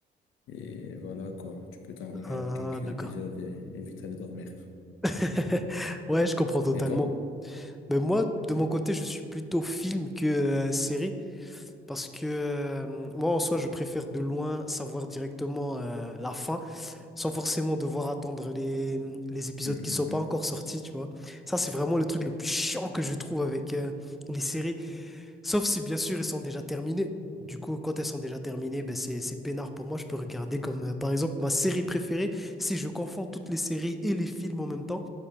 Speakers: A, on the left; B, in the centre.
A: et voilà, quoi. Tu peux t'en
B: Ah,
A: regarder quelques épisodes
B: d'accord.
A: et, et vite aller dormir.
B: <laughs> Ouais, je comprends totalement.
A: Et toi?
B: Ben moi, de
A: Mm,
B: mon côté, je suis plutôt film que euh, série parce que euh, moi, en soi, je préfère de loin savoir directement euh, la fin sans forcément devoir attendre les, les épisodes
A: mm,
B: qui
A: mm.
B: sont pas encore sortis, tu vois. Ça, c'est vraiment le truc le plus chiant que je trouve avec euh, les séries, sauf si, bien sûr, elles sont déjà terminées. Du coup, quand elles sont déjà terminées, ben c'est, c'est peinard pour moi. Je peux regarder comme, euh, par exemple, ma série préférée, si je confonds toutes les séries et les films en même temps.